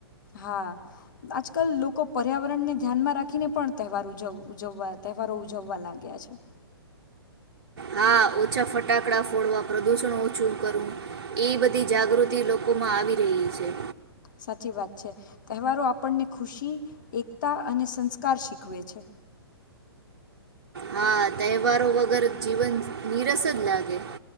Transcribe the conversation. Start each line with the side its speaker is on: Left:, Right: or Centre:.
Left: હા આજકાલ લોકો પર્યાવરણને ધ્યાનમાં રાખીને પણ તહેવાર ઉ ઉજવવા તહેવારો ઉજવવા લાગ્યા છે.
Right: હા ઓછા ફટાકડા ફોડવા પ્રદુષણ ઓછું કરવું એ બધી જાગૃતિ લોકોમાં આવી રહી છે.
Left: સાચી વાત છે. તહેવારો આપણને ખુશી એકતા અને સંસ્કાર શીખવે છે.
Right: હા તહેવારો વગર જીવન નિનીરસ જ લાગે.